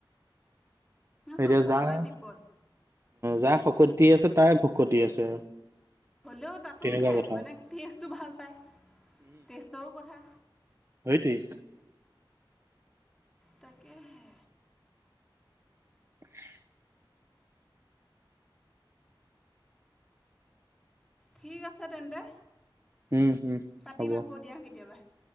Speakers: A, in the centre; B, on the right.
A: চব
B: এতিয়া
A: ফালৰ
B: যাৰ,
A: পৰাই বিপদ।
B: যাৰ শকতি আছে তাই ভকতি আছে আৰু।
A: হ'লেও তাতো
B: তেনেকুৱা
A: খায়
B: কথা
A: মানে টেষ্টটো ভাল পায় টেষ্টৰো কথা
B: সটোৱেই।
A: তাকেহে।
B: <inaudible>
A: ঠিক আছে তেন্তে
B: উম উম
A: পাতিম
B: হ'ব
A: আকৌ দিয়া কেতিয়াবা।